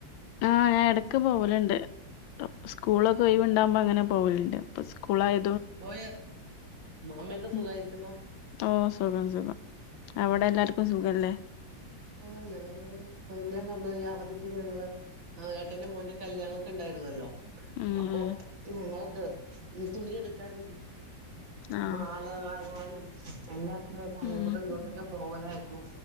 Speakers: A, on the left (about 90°); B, on the right (about 85°).
A: ആഹ് ഞാൻ ഇടക്ക് പോകലുണ്ട് സ്കൂളൊക്കെ ഒഴിവ്‌ ഇണ്ടാകുമ്പോ അങ്ങനെ പോവലുണ്ട് സ്കൂളായി
B: ആഹ് പോയ അമ്മയൊക്കെ
A: ഉം.
B: സുഖായിരിക്കുന്നോ
A: ഓ സുഖം സുഖം അവിടെ എല്ലാർക്കും സുഖല്ലേ
B: ആഹ് ഞങ്ങള് ഞാൻ പറഞ്ഞത് ഈ അവധിക്ക് ഞങ്ങള് ആഹ് ഏട്ടന്റെ മോന്റെ കല്യാണംക്കെ ഉണ്ടായിരുന്നല്ലോ
A: ഉം
B: അപ്പൊ
A: ഉം
B: ഞങ്ങള് ഡ്രസ്സ് തുണി എടുക്കാനും
A: ആഹ്
B: മാലവാങ്ങാനും എല്ലാത്തിനും അങ്ങോട്ടിങ്ങോട്ടൊക്കെ
A: ഉം
B: പോവലായിരുന്നു